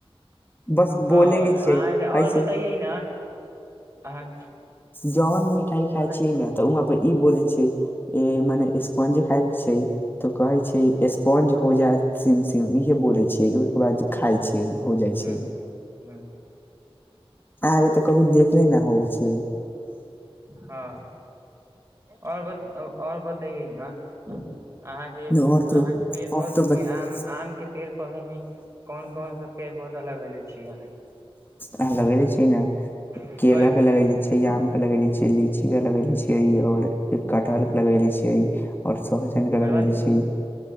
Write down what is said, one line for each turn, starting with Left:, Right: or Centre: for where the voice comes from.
Left: बस
Right: हँ
Left: बोले के
Right: अहाँके
Left: छियै
Right: और
Left: है से
Right: बतैयै न अहाँ
Left: जहन मिठाई
Right: कोन
Left: खाय
Right: चीज
Left: छियै न तऽ ऊहाँ पर ई बोलै छियै मने स्पंजी टाइप छै। तऽ कहे छै स्पॉन्ज हो जाय सिम- सिम इहे बोले छैै। ओहिके बाद खाय छीयै हो जाइ छै।
Right: हू- हू।
Left: आहा रैहते तऽ कभी देखले न हौ छै।
Right: ह और बताव और बताइए न। अहाँके, अहाँके
Left: आओर तो
Right: पेड़ पौधा
Left: आओर तो बता
Right: मे आम- आम के पेड़ पौधा में कोन - कोन सा पेड़ पौधा लगेले छी अहाँ।
Left: आहा लगैले छी न,
Right: अहाँ
Left: केेला के लगैले छि, आम के लगेले छी, लीची के लगेले छीयेय और कटहल के लगेेले छीयेय। और सोहजन के
Right: करबा
Left: लगौले
Right: दू
Left: छी,